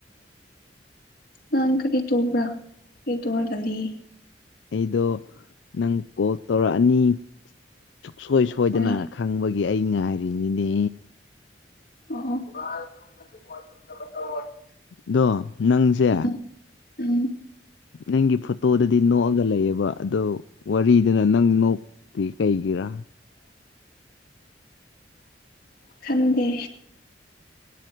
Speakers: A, on the left; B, on the left.
A: ꯅ ꯀꯔꯤ ꯇꯣꯡꯕ꯭ꯔ ꯀꯔꯤ ꯇꯣꯡꯕ꯭ꯔ ꯀꯜꯂꯤ
B: ꯑꯩꯗꯣ ꯅꯪ ꯀꯣꯜ ꯇꯧꯔꯛꯑꯅꯤ ꯁꯨꯡꯁꯣꯏ ꯁꯣꯏꯗꯅ
A: ꯍꯣꯏ
B: ꯈꯪꯕꯒꯤ ꯑꯩ ꯉꯥꯏꯔꯤꯅꯤꯅꯦ
A: <unintelligible>
B: ꯑꯗꯣ ꯅꯪꯁꯦ
A: ꯎꯝ ꯎꯝ
B: ꯅꯪꯒꯤ ꯐꯣꯇꯣꯗꯗꯤ ꯅꯣꯛꯑꯒ ꯂꯩꯑꯦꯕ ꯑꯗꯣ ꯋꯥꯔꯤꯗꯨꯅ ꯅꯪ ꯀꯩꯒꯔꯥ
A: ꯈꯟꯗꯦ